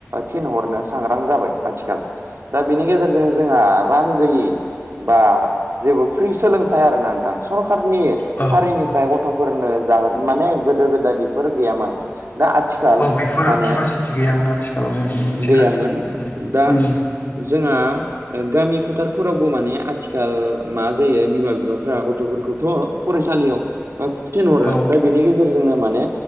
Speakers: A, on the right; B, on the left.
A: थिनहरनो सांग्रां जाबाय आथिखाल दा बेनि गेजेरजों जोंहा रां गैयि बा जेबो फ्रि सोलोंथाइ आरोना नोंथां सरखारनि
B: औ
A: फारिनिफ्राय गथ'फोरनो जागोन माने गोदो गोदाय बेफोर गैयामोन दा आथिखाल
B: औ बेफोर
A: माने
B: केपासिटि गैयामोन आथिखालाव जों नुनो मोनसै
A: गैयामोन
B: ना
A: दा
B: उम
A: जोंहा गामि फोथार फोरावबो माने आथिखाल मा जायो बिमा बिफाफ्रा गथ'फोरखौथ' फरायसालियाव बा थिनहरो
B: औ
A: दा बेनि गेजेरजोंनो माने